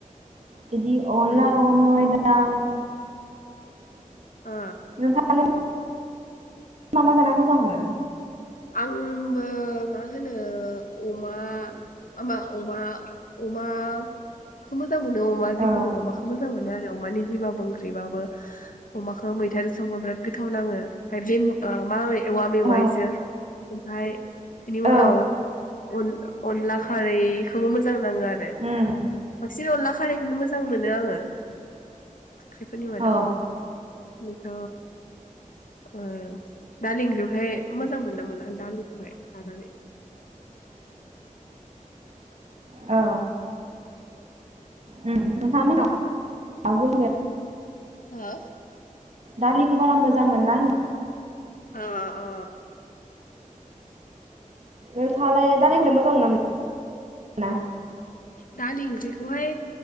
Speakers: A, on the right (about 55°); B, on the left (about 75°).
A: बिदि अला
B: उम
A: औवा मेवाइ दाउ
B: ओ
A: नोंथाङालाय मा मा जाना मोजां मोनो?
B: आंबो मा होनो अमा मा अमा अमा खौ मोजां मोनो अमा
A: औ
B: जिखुनु अमाखौ मोजां मोनो आरो। अमानि जिबाबो ओंख्रिबाबो अमाखौ मैथाजों संबा बिराद गोथाव नाङो ओमफ्राय ओ मा बे मावै औवा मेवाइजो
A: औ
B: ओमफाय बिनि
A: औ
B: उनाव अन-अनला खारैखौबो मोजां नाङो आरो।
A: उम
B: बांसिन अनला खारैखौनो मोजां मोनो आङो। ओंख्रिफोरनि मादाव।
A: औ
B: नोंथ' ओ दालि ओंख्रिखौहाय मोजां मोनो ना मोना? आं दालिखौहाय जानानै
A: औ। <unintelligible> आवगोल दे।
B: हो?
A: दालिखो बारा मोजां मोनला
B: अ अ
A: नोंथाङालाय दालिखोलाय मोजां मोना मोना?
B: दालि ओंख्रिखौहाय